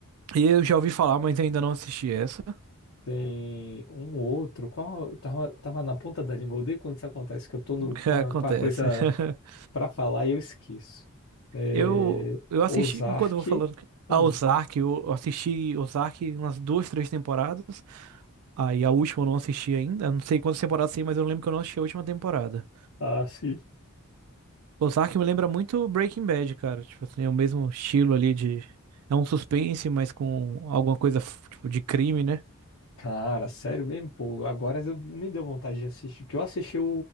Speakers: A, on the right (about 85°); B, on the left (about 70°).
A: E eu já ouvi falar, mas ainda não assisti essa.
B: Tem um ou outro, qual, tava, tava na ponta da língua, eu odeio quando isso acontece, que eu tô no-
A: <laughs>
B: com a,
A: Acontece.
B: com a coisa
A: <laughs>
B: pra falar e eu esqueço. É,
A: Eu, eu assisti,
B: Ozark,
A: enquanto eu vou falando,
B: hum,
A: a Ozark, eu assisti Ozark umas duas, três temporadas. Aí a última eu não assisti ainda. Eu Não sei quantas temporadas tem, mas eu lembro que eu não assisti a última temporada.
B: ah, sim.
A: Ozark me lembra muito Breaking Bad, cara. Tipo assim, é o mesmo estilo ali de. É um suspense, mas com alguma coisa, f- tipo, de crime, né?
B: Cara, sério mesmo, pô. Agora eu- me deu vontade de assistir, que eu assisti o,